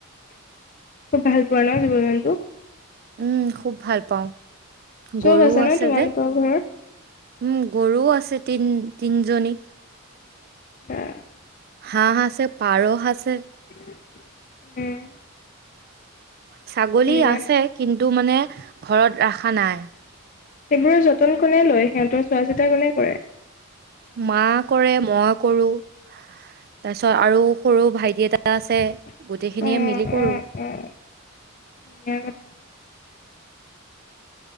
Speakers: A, on the left; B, on the right.
A: খুব ভাল পোৱা ন জীৱ জন্তু
B: উম খুব ভাল পাওঁ
A: চব
B: গৰুও
A: আছে ন তোমালোকৰ
B: যে।
A: ঘৰত
B: উম গৰুও আছে তিন তিনিজনী
A: আহ
B: হাঁহ আাছে পাৰ আছে
A: উম
B: ছাগলী
A: ধুনীয়া
B: আছে কিন্তু মানে ঘৰত ৰাখা নাই
A: সেইবোৰৰ যতন কোনে লয় সিহঁতৰ চোৱা চিতা কোনে কৰে
B: মা কৰে মই কৰো তাৰপিছত আৰু সৰু ভাইটি এটা
A: উ
B: আছে গোটেইখিনিয়ে
A: উম
B: মিলি কৰো
A: উম হয়